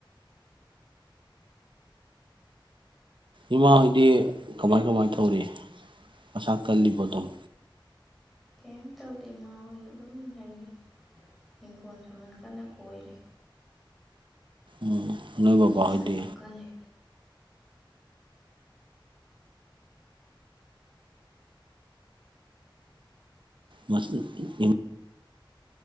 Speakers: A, on the right; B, in the centre.
A: ꯏꯃꯥꯍꯣꯏꯗꯤ ꯀꯃꯥꯏ ꯀꯃꯥꯏ ꯇꯧꯔꯤ ꯃꯁꯥ ꯀꯜꯂꯤꯕ ꯑꯗꯨꯝ
B: ꯀꯩꯝ ꯇꯧꯗꯦ ꯏꯃꯥ ꯍꯣꯏ ꯑꯗꯨꯝ ꯂꯩꯔꯤ ꯍꯤꯡꯈꯣꯜ ꯁꯝꯕꯟ ꯀꯟꯅ ꯀꯣꯏꯔꯤ
A: ꯎꯝ ꯅꯣꯏꯕꯕꯥ
B: ꯃꯁꯥ
A: ꯍꯥꯏꯗꯤ
B: ꯌꯥꯝ ꯀꯜꯂꯤ
A: ꯃꯁ ꯏ